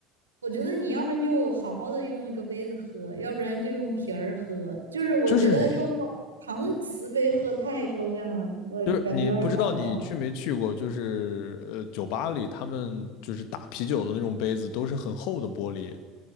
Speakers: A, on the right; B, on the left.
A: 我觉得你要不然就好好的用一个杯子喝，要不然就用瓶儿喝，就是我觉得用那种搪瓷杯喝太抽象了，
B: 就是
A: 我感觉有点儿搞笑了
B: 就是你不知道你去没去过，就是呃酒吧里他们就是打啤酒的那种杯子都是很厚的玻璃，